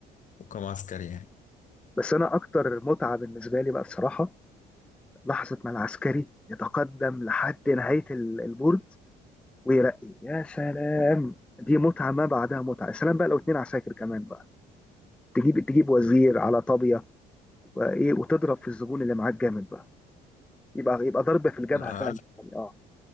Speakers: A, on the left; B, in the centre.
A: وكم عسكري يعني
B: بس انا اكتر متعه بالنسبه لي بقى الصراحه لحظه ما العسكري يتقدم لحد نهايه ال- البورد ويرقي يا سلام دي متعه ما بعدها متعه يا سلام بقى لو اتنين عساكر كمان بقى تجيب تجيب وزير على طابيه وايه وتضرب في الزبون اللي معاك جامد بقى يبقى يبقى ضرب في الجبهه
A: لا، عارف
B: فعلا يعني اه